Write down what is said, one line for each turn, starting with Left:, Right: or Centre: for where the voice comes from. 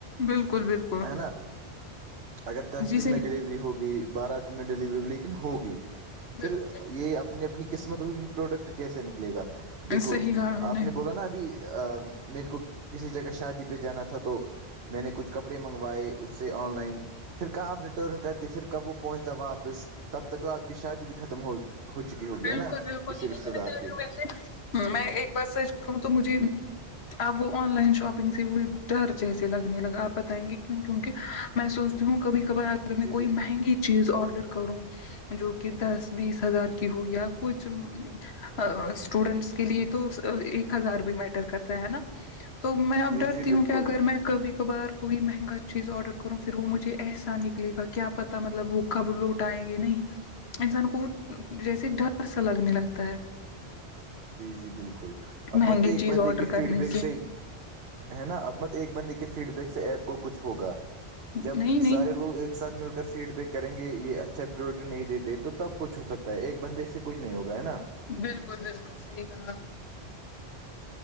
Left: بالکل بالکل
Right: ہے نا اگر دس
Left: جی
Right: دن
Left: صحیح
Right: میں ڈلیوری ہوگئی بارہ دن میں ڈلیوری ہو گئی لیکن ہوگئی پھر
Left: بالکل
Right: یہ اپنی اپنی قسمت ہوگی کہ پروڈکٹ کیسے نکلے گا دیکھو
Left: صحیح کہا ہم
Right: آپ نے بولا نا ابھی میرے کو کسی جگہ شادی پہ جانا تھا تو میں نے کچھ کپڑے منگوائے اس اسے آن لائن پھر کہا آپ ریٹرن کرتے پھر کب وہ پہنچتا واپس تب تک وہ آپ کی شادی بھی ختم ہو ہو چکی ہوگی
Left: بالکل
Right: ہے نا
Left: بالکل
Right: کسی
Left: یہی
Right: رشتے دار کی
Left: وسے میں ایک بات سچ کہوں تو مجھے اب وہ آن لائن شاپنگ سے وہ ڈر جیسے لگنے لگا آپ بتائیں گے کیوں کہ میں سوچتی ہوں کبھی کبار اگر میں
Right: جی
Left: کوئی
Right: جی
Left: مہنگی چیز آرڈر کروں جو کہ دس بیس ہزار کہ ہو یا کچھ اسٹوڈینٹس کے لیے تو ایک ہزار بھی میٹر کرتا ہے نا تو میں اب
Right: جی
Left: ڈرتی
Right: جی
Left: ہوں
Right: بالکل
Left: کہ اگر میں کبھی کبھار کوئی مہنگا چیز آرڈر کروں پھر وہ مجھے ایسا نکلے گا کیا پتا مطلب وہ کب لوٹ آائیں گے نہیں انسان کو جیسے ڈر سا لگنے لگتا ہے
Right: جی جی بالکل
Left: مہنگی
Right: اب مت ایک
Left: چیز
Right: بندے
Left: آڈر
Right: کے فیڈ
Left: کرنے
Right: بیک سے ہے نا اب مت ایک بندے کے فیڈ بیک سے ایپ کو کچھ ہوگا جب
Left: نہیں نہیں
Right: سارے لوگ ایک ایک ساتھ مل کر فیڈ بیک کریں گے یہ اچھا پروڈکٹ نہیں دیتے تو تب کچھ ہو سکتا ہے ایک بندے سے کچھ نہیں ہوگا ہے نا
Left: بالکل بالکل صحیح کہا آپ